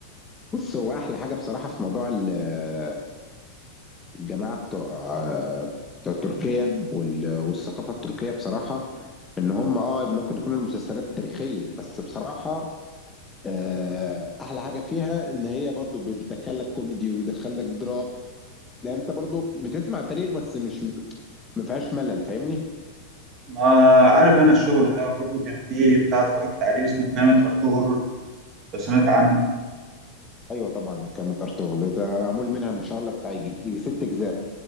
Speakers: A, on the left (about 15°); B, on the right (about 35°).
A: بص هو احلى حاجة بصراحة في موضوع ال- الجماعة بتوع بتوع تركيا وال... والثقافة التركية بصراحة ان هم اه ممكن تكون المسلسلات تاريخية بس بصراحة آه، احلى حاجه فيها ان هي برضو بتدخلك كوميدي ويدخلك دراما لا انت برضو بتسمع تاريخ بس مش ما فيهاش ملل فاهمني
B: ما عارف انا الشغل ده برضو كان فيه بتاع اتفرجت عليه اسمه قيامة ارطغرل لو سمعت عنه انت
A: ايوه طبعا كامت ارطغرل ده معمول منها ما شاء الله بتاع يجي يجي ست اجزاء